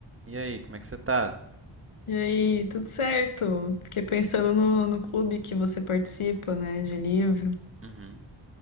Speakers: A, on the right; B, on the left.
A: E aí, como é que você tá?
B: E aí, tudo certo? Fiquei pensando no, no clube que você participa, né, de livro.
A: Uhum.